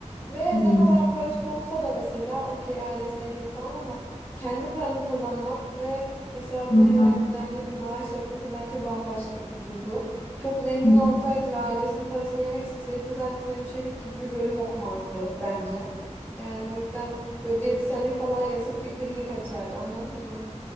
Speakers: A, on the left; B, on the left.
A: Ve
B: hı.
A: ne kadar parası olsa da mesela okey ailesi zengin falan ama kendi paranı kazanmak ve hesabına
B: Hı
A: her ay düzenli bir maaş yapması bence bambaşka bir duygu. Çok zengin
B: hı.
A: olsaydı ve ailesinin parasını yemek isteseydi zaten hemşirelik gibi bir bölüm okumazdı bence. Yani o yüzden böyle diyetisyenlik falan yazıp bir klinik açardı anladın mı?